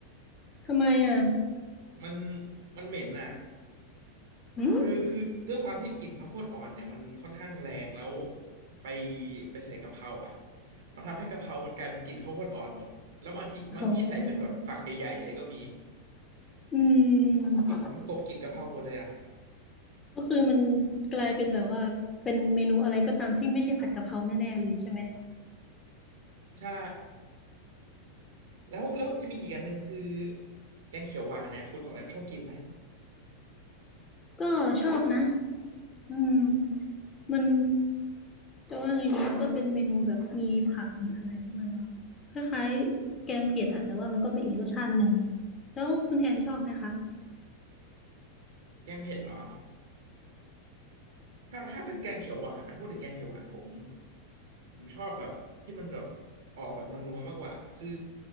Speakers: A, on the left (about 20°); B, on the right (about 60°).
A: ทำไมอ่ะ
B: มันมันเหม็นน่ะ
A: อืม
B: คือคือด้วยความที่กลิ่นข้าวโพดอ่อนเนี่ยมันค่อนข้างแรงแล้วไปไปใส่กะเพราอ่ะมันทำให้กะเพรามันกลายเป็นกลิ่นข้าวโพดอ่อนหมดแล้วบางทีบางที่ใส่เป็นแบบฝักใหญ่ๆเลยก็มี
A: โหอืม
B: กลิ่นมันกลบกลิ่นกะเพราหมดเลยอ่ะ
A: ก็คือมันกลายเป็นแบบว่าเป็นเมนูอะไรก็ตามที่ไม่ใช่ผัดกะเพราแน่ๆเลยใช่ไหม
B: ใช่แล้วแล้วจะมีอีกอันหนึ่งคือแกงเขียวหวานเนี่ยคุณออกแบบชอบกินไหม
A: ก็ชอบนะ อืมมันจะว่าไงดีมันก็เป็นเมนูแบบมีผักมีอะไรด้วยเนาะคล้ายๆแกงเผ็ดอะแต่ว่ามันก็เป็นอีกรสชาติหนึ่งแล้วคุณแทนชอบไหมคะ
B: แกงเผ็ดเหรอ ถ้าถ้าเป็นแกงเขียวหวานนะพูดถึงแกงเขียวหวานผมผมชอบแบบที่มันแบบออกแบบนัวๆมากกว่าคือ